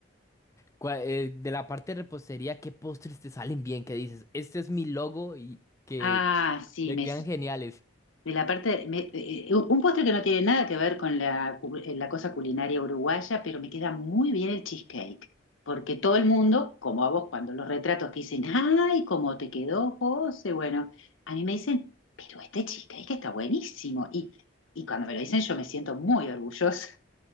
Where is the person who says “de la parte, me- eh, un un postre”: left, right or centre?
Left